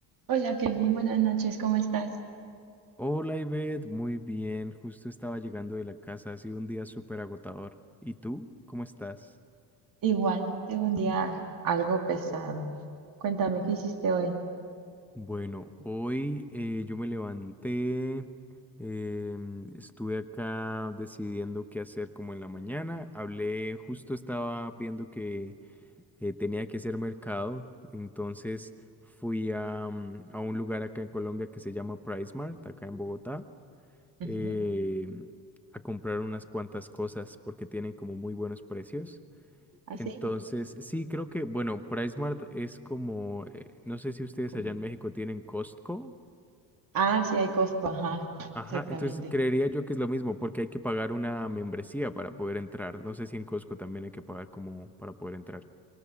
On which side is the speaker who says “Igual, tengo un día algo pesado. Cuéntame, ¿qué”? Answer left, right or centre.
Right